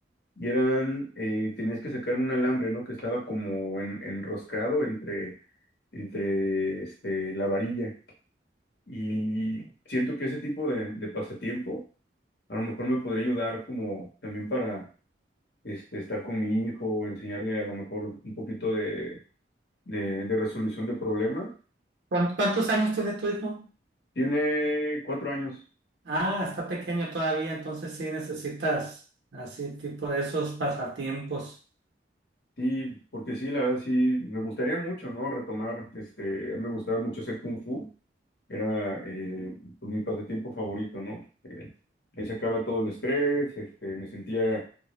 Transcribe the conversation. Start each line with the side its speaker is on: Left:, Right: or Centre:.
Left: y eran, eh, tenías que sacar un alambre, ¿no? Que estaba como en- enroscado entre, entre este, la varilla. Y siento que ese tipo de, de pasatiempo a lo mejor me podría ayudar como también para este, estar con mi hijo, enseñarle a lo mejor un poquito de, de, de resolución de problemas.
Right: ¿Cuán- ¿Cuántos años tiene tu hijo?
Left: Tiene cuatro años,
Right: Ah, está pequeño todavía, entonces sí necesitas así tipo de esos pasatiempos.
Left: sí, porque sí, la verdad sí, me gustaría mucho, ¿no? Retomar, este, a mí me gustaba mucho hacer kung fu. Era eh, pues, mi pasatiempo favorito, ¿no? Eh, ahí sacaba todo el estrés, este, me sentía